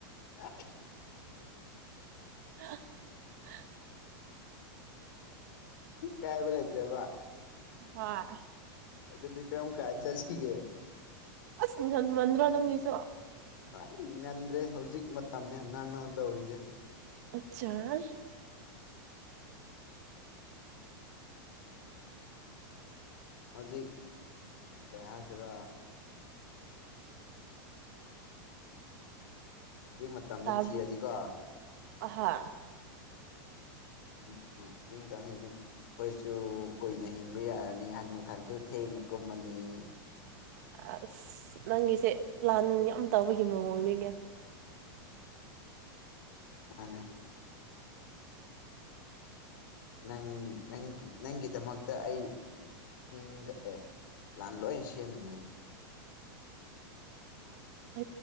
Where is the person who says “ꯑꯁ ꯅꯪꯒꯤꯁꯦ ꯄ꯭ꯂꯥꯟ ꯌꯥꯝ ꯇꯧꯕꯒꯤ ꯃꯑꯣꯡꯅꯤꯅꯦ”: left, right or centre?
Right